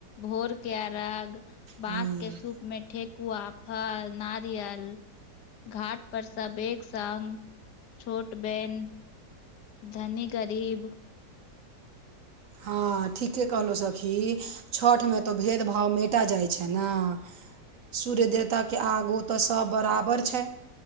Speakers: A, on the left; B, on the right.
A: भोर के अरग बाँंस
B: ह्म्म
A: के सूप में ठेेकुआ फल नारियल घाट पर सब एक संग छोट बेन धनी गरीब
B: हँ ठीके कहलहुँ सखी छठिमे तऽ भेदभाव मिटा जाइ छैय ने सूर्य देवताके आगु तऽ सभ बराबर छैय।